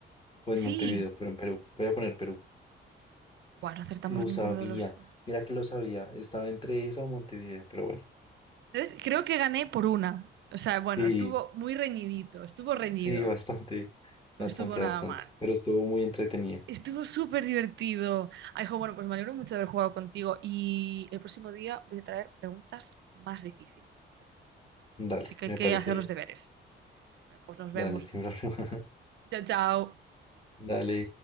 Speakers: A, on the left (about 25°); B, on the right (about 65°).
A: o en Montevideo,
B: Sí.
A: pero en Perú. Voy a poner Perú.
B: Bueno, no acertamos
A: Lo
B: ninguno
A: sabía,
B: de los dos.
A: mira que lo sabía, estaba entre esa o Montevideo, pero bueno,
B: Entonces, creo que gané por una. O sea, bueno,
A: sí,
B: estuvo muy reñidito, estuvo reñido.
A: sí, <laughs> bastante,
B: No
A: bastante,
B: estuvo nada
A: bastante,
B: mal.
A: pero estuvo muy entretenido.
B: Estuvo súper divertido. Ay, jo, bueno, pues me alegro mucho de haber jugado contigo y el próximo día voy a traer preguntas más difíciles.
A: Dale,
B: Así que
A: me
B: hay que
A: parece
B: hacer
A: bien.
B: los deberes. Bueno, pues nos vemos.
A: Dale, sin <laughs> problema.
B: Chao, chao.
A: Dale.